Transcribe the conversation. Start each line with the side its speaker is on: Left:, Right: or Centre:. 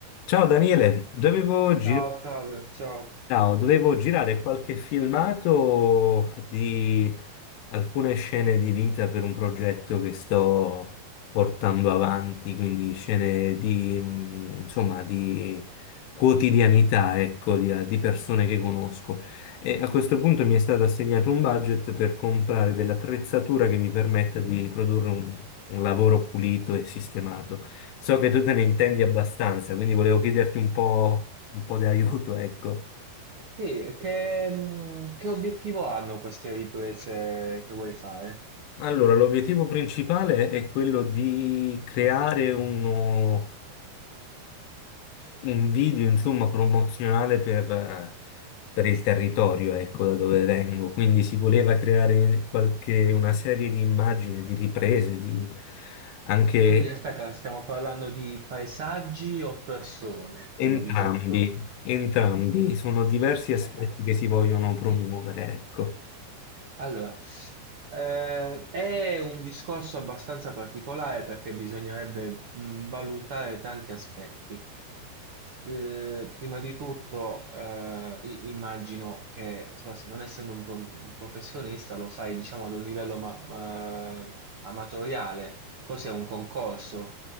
Left: Ciao Daniele, dovevo Sì.
Right: Ciao
Left: girare
Right: Flavio, ciao.
Left: Ciao, dovevo girare qualche filmato di alcune scene di vita per un progetto che sto portando avanti, quindi scene di, mh, insomma, di quotidianità, ecco, di, eh, di persone che conosco. E a questo punto mi è stato assegnato un budget per comprare dell'attrezzatura che mi permetta di produrre un un lavoro pulito e sistemato. So che tu te ne intendi abbastanza, quindi volevo chiederti un po', un po' di aiuto, ecco.
Right: Sì, e che, mh, che obiettivo hanno queste riprese che vuoi fare?
Left: Allora, l'obiettivo principale è quello di creare uno, un video, insomma, promozionale per, eh, per il territorio, ecco, da dove vengo. Quindi si voleva creare qualche, una serie di immagini, di riprese, di anche
Right: Quindi aspetta, stiamo parlando di paesaggi o persone, prima
Left: entrambi,
Right: di tutto?
Left: entrambi. Sono diversi aspetti
Right: Eh beh.
Left: che si vogliono promuovere, ecco.
Right: Allora, eh, è un discorso abbastanza particolare perché bisognerebbe mh, valutare tanti aspetti. S- eh, prima di tutto, eh, i- immagino che forse non essendo un, pro- un professionista lo fai, diciamo, ad un livello ma- ma- amatoriale. Cos'è un concorso?